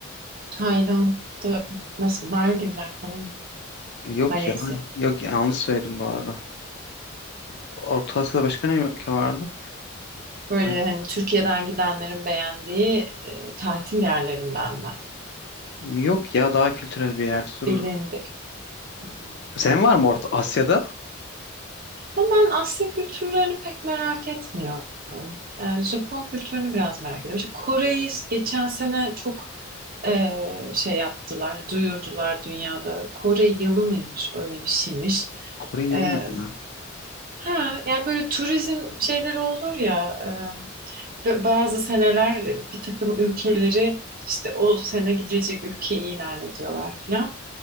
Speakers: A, on the right; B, on the left.
A: Tayland'da nasıl Maldivler falan mı?
B: Yok
A: Malezya.
B: ya. Yok yanlış söyledim bu arada. Orta Asya'da başka ne ülke vardı?
A: Böyle
B: Ee,
A: hani Türkiye'den gidenlerin beğendiği e, tatil yerlerindenler.
B: yok ya daha kültürel bir yerde dur.
A: Bilindik. Hmm.
B: Senin var mı Orta Asya'da?
A: Ama ben Asya kültürlerini pek merak etmiyorum. Yani Japon kültürünü biraz merak ediyorum. İşte Kore'yi geçen sene çok eee, şey yaptılar, duyurdular dünyada. Kore yılı mıymış, öyle bir şeymiş.
B: Kore yılı
A: Eee,
B: ne ya?
A: ha, yani böyle turizm şeyleri olur ya, eee, ba- bazı seneler bir takım ülkeleri işte o sene gidilecek ülke ilan ediyorlar filan.